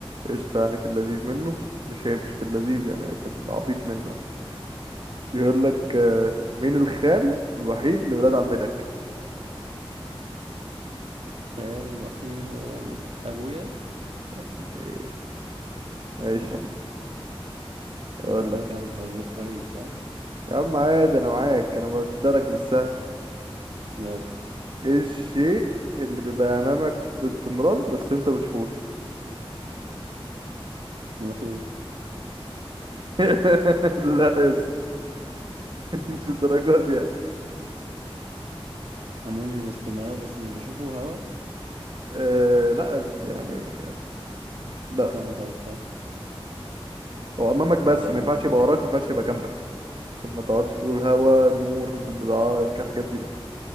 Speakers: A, on the right; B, on the right.
A: قشطة يعني في اللذيذ منه مش هي مش في اللذيذ يعني هي في العبيط منه يعني. بيقول لك آه، مين الخال الوحيد لولاد عمتك
B: خال وحيد ولا مت ابويا
A: يا ابن الايه ماشي
B: بس
A: اقول
B: انا بالك
A: لك
B: انا في الفوازير كويس ها
A: يا عم عادي انا معاك انا بدرك بالسهل
B: يلا
A: ايه الشيء اللي بيبقى امامك باستمرار بس انت مبتشوفوش
B: من خيري
A: <laughs> لا يا اسطى،
B: <laughs>
A: مش الدرجات دي يعني
B: امامي باستمرار بس مش بشوفه هوا
A: آه لا يعني لا
B: استنى طب استنى
A: هو امامك بس
B: آه
A: ما ينفعش يبقى وراك ما ينفعش يبقى جنبك عشان ما تقعدش تقول هوا نور بتاع الحاجات دي لا